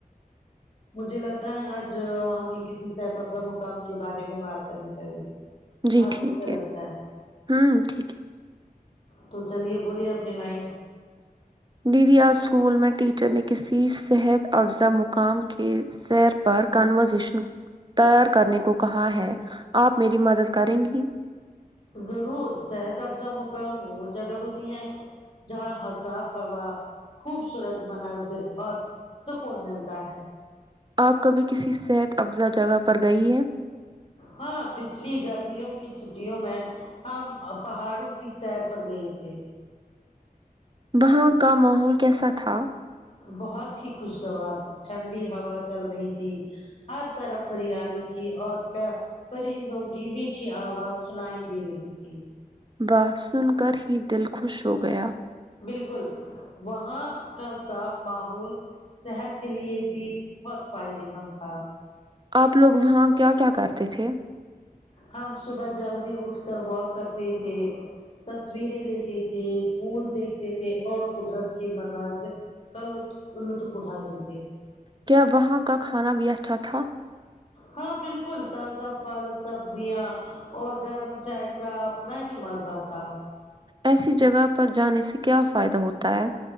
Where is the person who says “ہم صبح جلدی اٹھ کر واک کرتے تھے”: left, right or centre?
Left